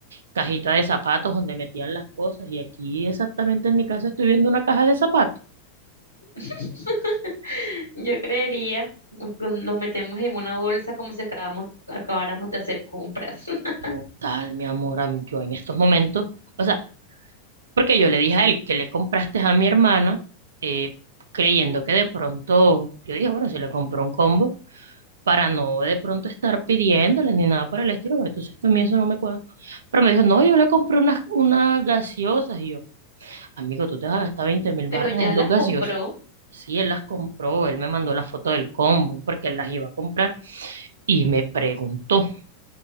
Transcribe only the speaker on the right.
cajita de zapatos donde metían las cosas y aquí exactamente en mi casa estoy viendo una caja de zapatos.
Total, mi amor, am- yo en estos momentos, o sea, porque yo le dije a él que le compraste a mi hermana, eh, creyendo que de pronto, yo dije, bueno, si le compró un combo, para no de pronto estar pidiéndole ni nada por el estilo, porque entonces a mí eso no me cuadra. Pero me dijo, no, yo le compré unas, unas gaseosas, y yo, amigo, tú te vas a gastar 20 mil
barras
en
dos gaseosas.
Sí, él las compró, él me mandó la foto del combo, porque él las iba a comprar, y me preguntó.